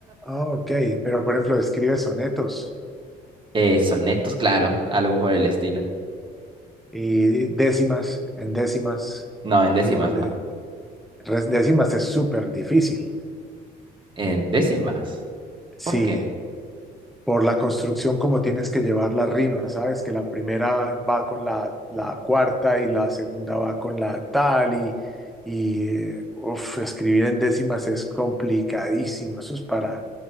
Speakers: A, in the centre; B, on the right.
A: Ah, ok. Pero, por ejemplo, escribes sonetos
B: Eh, sonetos, claro, algo por el estilo.
A: y décimas, en décimas,
B: No, en décimas
A: rimas
B: no.
A: de... res- Décimas es súper difícil.
B: En décimas.
A: Sí.
B: ¿Por qué?
A: por la construcción como tienes que llevar la rima, ¿sabes? Que la primera va con la, la cuarta y la segunda va con la tal y, y eh, uf, escribir en décimas es complicadísimo, eso es para,